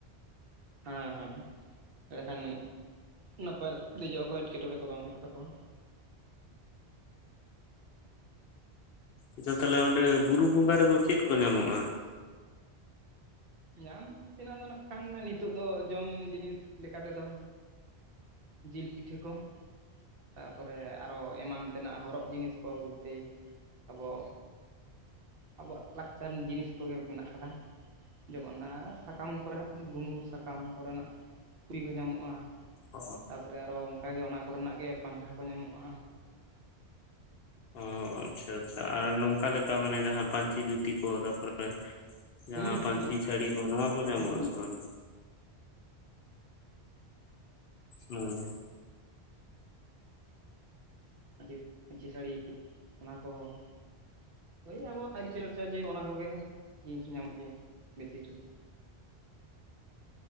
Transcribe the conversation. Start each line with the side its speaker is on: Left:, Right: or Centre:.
Right: ᱦᱮᱸ ᱦᱮᱸ ᱮᱸᱰᱮᱠᱷᱟᱱ ᱱᱟᱯᱟᱭ ᱫᱮᱡᱚᱜ ᱟᱠᱚ ᱮᱴᱠᱮᱴᱚᱸᱬᱮ ᱠᱚ ᱵᱟᱝ ᱦᱩᱭᱩᱜ ᱛᱟᱠᱚᱣᱟ᱾
Left: ᱟᱪᱪᱷᱟ ᱛᱟᱦᱚᱞᱮ ᱚᱸᱰᱮ ᱵᱩᱨᱩ ᱵᱚᱸᱜᱟ ᱨᱮᱫᱚ ᱪᱮᱫ ᱠᱚ ᱧᱟᱢᱚᱜ-ᱟ?
Right: ᱧᱟᱢ ᱛᱮᱱᱟᱜ ᱫᱚ ᱱᱟᱜ ᱠᱷᱟᱱ ᱱᱤᱛᱚᱜ ᱫᱚ ᱡᱚᱢ ᱡᱤᱱᱤᱥ ᱞᱮᱠᱟᱛᱮᱫᱚᱼᱼ ᱡᱤᱞ ᱯᱤᱴᱷᱟᱹ ᱠᱚᱼᱼ ᱛᱟᱯᱚᱨᱮ ᱟᱨᱚ ᱮᱢᱟᱱ ᱛᱮᱱᱟᱜ ᱦᱚᱨᱚᱜ ᱡᱤᱱᱤᱥ ᱠᱚ ᱵᱚᱞᱛᱤ ᱟᱵᱚ ᱟᱵᱚᱣᱟᱜ ᱞᱟᱠᱪᱟᱨ ᱡᱤᱱᱤᱥ ᱠᱚᱜᱮ ᱢᱮᱱᱟᱜ ᱟᱠᱟᱫᱟ ᱡᱮᱢᱚᱱ ᱚᱱᱟ ᱥᱟᱠᱟᱢ ᱠᱚᱨᱮᱱᱟᱜ ᱜᱩᱝᱜᱩ ᱥᱟᱠᱟᱢ ᱠᱚᱨᱮᱱᱟᱜ ᱠᱩᱲᱤ ᱦᱚᱸ ᱧᱟᱢᱚᱜᱼᱟ
Left: ᱚ
Right: ᱛᱟᱯᱚᱨᱮ ᱟᱨᱚ ᱚᱱᱠᱟᱜᱮ ᱚᱱᱟ ᱠᱚᱨᱮᱱᱟᱜ ᱜᱮ ᱯᱟᱝᱠᱷᱟ ᱠᱚ ᱧᱟᱢᱚᱜᱼᱟ
Left: ᱚ ᱟᱪᱪᱷᱟ ᱟᱪᱪᱷᱟ ᱟᱨ ᱱᱚᱝᱠᱟ ᱞᱮᱠᱟ ᱢᱟᱱᱮ ᱡᱟᱦᱟᱸ ᱯᱟᱧᱪᱤ ᱫᱷᱩᱛᱤ ᱠᱚ ᱛᱟᱨᱯᱚᱨᱮ ᱡᱟᱦᱟᱸ
Right: ᱦᱩᱸ ᱦᱩᱸ
Left: ᱯᱟᱹᱧᱪᱤ ᱥᱟᱹᱲᱤ ᱠᱚ ᱱᱚᱣᱟ ᱠᱚ ᱧᱟᱢᱚᱜ
Right: ᱚᱱᱟ ᱠᱚᱦᱚᱸ
Left: ᱟᱥᱮ ᱵᱟᱝ ᱦᱩᱸ
Right: ᱯᱟᱹ ᱯᱟᱹᱧᱪᱤ ᱥᱟᱹᱲᱤ ᱚᱱᱟ ᱠᱚᱦᱚᱸ ᱳᱭ ᱟᱵᱚᱣᱟᱜ ᱟᱹᱪᱟᱹᱞᱟᱠᱪᱟᱨ ᱡᱮ ᱚᱱᱟ ᱠᱚᱜᱮ ᱡᱤᱱᱤᱥ ᱧᱟᱢᱚᱜ ᱜᱮᱭᱟ ᱵᱮᱥᱤ ᱨᱮᱫᱚ